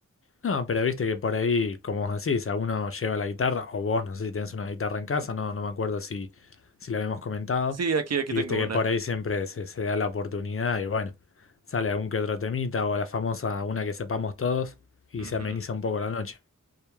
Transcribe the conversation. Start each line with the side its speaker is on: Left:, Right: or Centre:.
Left: No, pero viste que por ahí, como vos decís, alguno lleva la guitarra, o vos, no sé si tenés una guitarra en casa, no, no me acuerdo si, si la habíamos comentado,
Right: Sí, aquí, aquí
Left: y
Right: tengo
Left: viste que
Right: una.
Left: por ahí siempre se, se da la oportunidad y bueno, sale algún que otro temita o la famosa, una que sepamos todos y
Right: Ujú.
Left: se ameniza un poco la noche.